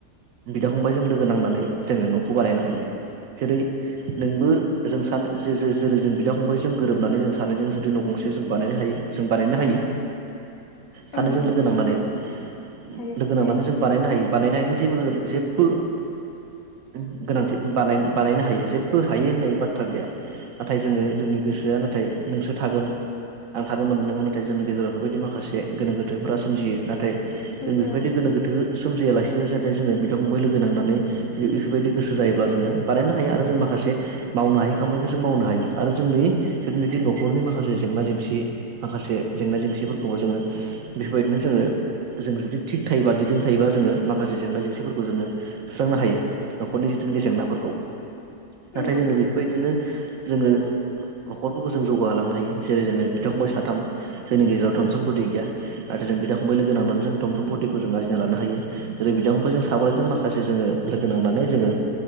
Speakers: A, on the right; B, on the left.
A: बिदा-फंबायजों लोगो नांनानै जोङो न'खौ बानायनो हायो। जेरै नोंबो जों सानो जे जो-जो-जोरै जों बिदा फंबायजों गोरोबनानै जों सानैजों जुदि न' गं जे जों बानायनो हायो जों बारायना होयो। सानैजों
B: ओं नंगौ
A: लोगो नांनानै उ
B: हायो
A: लोगो नांनानै
B: हायो
A: जों बानायनो हायो बानायनो हायिनि जेबो <unintelligible> गोनांथि बानाय बानायनो हायो जेब्बो हायो होननाय बाथ्रा गैया नाथाय जोङो
B: ओं
A: जोंनि गोसोआनो नाथाय नोंसो थागोन आं थानो मोननो नोङा नाथाय जोंनि गेजेराव बेफोरबायदि माखासे गोनो गोथोफोरा सोमजियो। नाथाय
B: सोमजियो
A: जों बेफोरबायदि
B: औ
A: गोनो गोथो सोमजियालासिनो जाते जोङो बिदा फंबाय लोगो नांनानै इफोरबायदि गोसो जायोब्ला जोङो बानायनो हायो आरो जों माखासे मावनो हायो खामानिखो जों मावनो हायो आरो जोंनि सोरनिति न'खरनि माखासे जेंना जेंसि माखासे जेंना जेंसि सिफोरखौबो जोङो बेफोरबायदिनो जोङो जों जुदि थिग थायोबा दिदोम थायोबा जोङो माखासे जेंना जेंसिफोरखौ जोङो सुस्रांनो हायो। न'खरनि जिथुनिखि
B: नंगौ
A: जेंनाफोरखौ।
B: नंगौ
A: नाथाय जोङो बेफोरबायदिनो जोङो न'खरफोरखौ जों जौगाहोलांनो हायो जेरै जोङो बिदा-फंबाय साथाम जोंनि गेजेराव धन-सम्पति गैया नाथाय जों बिदा फंबाय लोगो नांनानै जों धन-सम्पतिखो जों आरजिना लानो हायो जेरै बिदा फंबाय जों सा साब्रैजों माखासे जोङो लोगो नांनानै जोङो